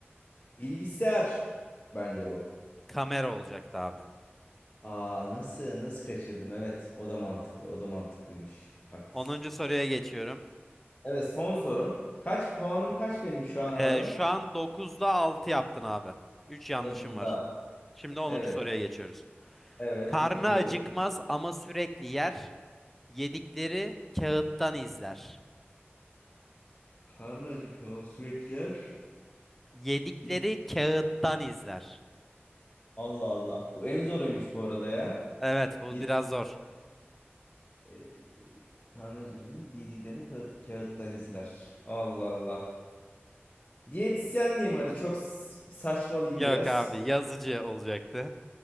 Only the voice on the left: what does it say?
Bilgisayar bence bu.
Aa nasıl nasıl kaçırdım? Evet, o da mantıklı. O da mantıklıymış. Haklısın.
Evet, son sorum. Kaç puanım kaç benim şu an abi?
9'da.
Evet.
Evet,
dinliyorum.
Karnı acıkıyor o sürekli yer.
Yedik.
Allah Allah. Bu en zoruymuş bu arada ya.
Yedi,
e, karnı acıkınca yediklerini kağıt, kağıttan izler. Allah Allah. Diyetisyenliğim hadi çok s- saçmalıyım
biraz.